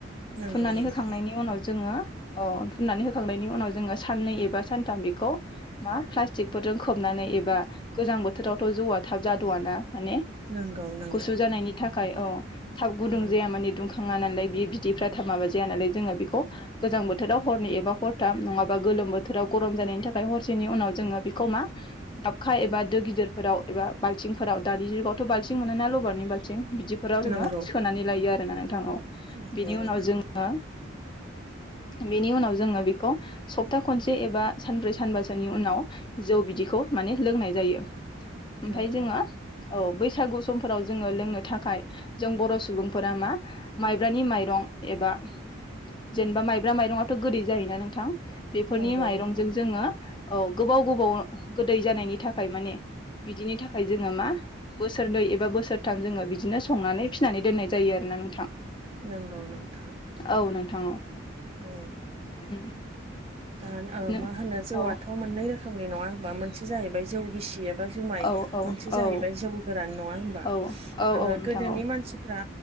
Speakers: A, on the right; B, on the left.
A: नंगौ
B: फुननानै
A: नोंथां
B: होखांनायनि उनाव जोङो औ फुननानै होखांनायनि उनाव जोङो साननै एबा सानथाम बेखौ मा प्लास्टिकफोरजों खोबनानै एबा गोजां बोथोरावथ' जौआ थाब जाद'आ ना माने
A: नंगौ नंगौ
B: गुसु जानायनि थाखाय औ थाब गुदुं
A: औ
B: जाया माने दुंख थाङा नालाय बि बिदिफ्रा थाब माबा जाया नालाय जों बेखौ गोजां बोथोराव हरनि एबा हरथाब नङाबा गो बोथोराव गरम जानायनि थाखाय हर नि उनाव जोङो बेखौ मा दाबखा एबा दो गिदिरफोराव एबा बालथिंफोराव दानि जुगावथ' बाल मोन ना लबरनि बाल बिदिफोराव जोङो
A: नंगौ
B: सोनानै लायो आरोना नोंथां
A: नंगौ
B: बेनि
A: नोंथां
B: उनाव जोङो बेनि उनाव जोङो बेखौ सप्ता खनसे एबा सानब्रै सानबासो बिनि उनाव जौ बिदिखौ माने लोंनाय जायो ओमफफ्राय
A: नंगौ
B: जोङो औ बैसागु समफोराव जोङो लोंनो थाखाय जों बर' सुबुंफोरा मा माइब्रानि माइरं एबा जेनेबा माइब्रा माइरङाथ' गोदै जायोना नोंथां बेफोरनि
A: नंगौ
B: माइरंजों
A: नोंथां
B: जोङो औ गोबाव गोबाव गोदै जानायनि थाखाय माने बिदिनि थाखाय जोङो मा बोसोरनै एबा बोसोरथाम जोङो बिदिनो संनानै फिसिनानै दोननाय जायो आरोना नोंथां
A: नंगौ नोंथां
B: औ नोंथां औ
A: औ
B: उम
A: दा
B: नो
A: मा होनो जौआथ'
B: औ
A: मोननै रोखोमनि नङा होनोमबा मोनसे जाहैबाय जौ गिसि ए बा जुमाय
B: औ औ
A: मोनसे जाहैबाय
B: औ
A: जौ गोरान नङा होनबा
B: औ औ औ नोंथां
A: गोदोनि
B: औ
A: मानसिफ्रा